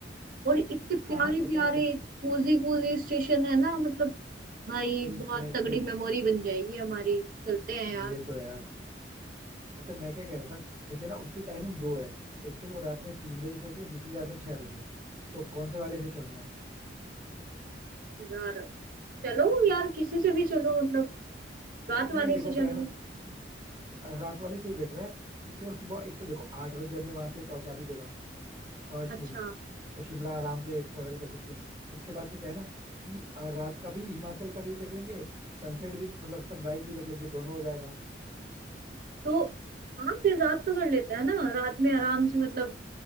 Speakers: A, on the right (about 50°); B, on the right (about 30°).
A: और इतने प्यारे
B: हाँ हाँ पता
A: प्यारे
B: है
A: कोजी कोजी स्टेशन है ना मतलब भाई
B: एग्जैक्टली
A: बहुत तगड़ी
B: exactly,
A: मेमोरी बन जाएगी हमारी चलते हैं यार
B: ये तो है यार अच्छा मैं क्या कह रहा था जैसे ना उसकी टाइमिंग दो है एक तो वो रात में तीन बजे चलती है दूसरी रात में छह बजे तो कौन से वाले से चलना है
A: यार चलो यार किसी से भी चलो मतलब रात
B: नहीं
A: वाले
B: देखो
A: से
B: क्या
A: चलो
B: है ना कि रात वाले से ही बेटर है क्योंकि वो सुबह एक तो देखो आठ बजे हमें वहां पे पहुंचा भी देगा फर्स्ट
A: अच्छा
B: थिंग तो शिमला आराम से ट्रेवल कर सकते हैं उसके बाद से क्या है ना कि अ, रात का भी हिमाचल का व्यू देख लेंगे सनसेट भी मतलब सनराइज भी देख लेंगे दोनों हो जाएगा
A: तो हाँ फिर रात का कर लेते हैं ना रात में आराम से मतलब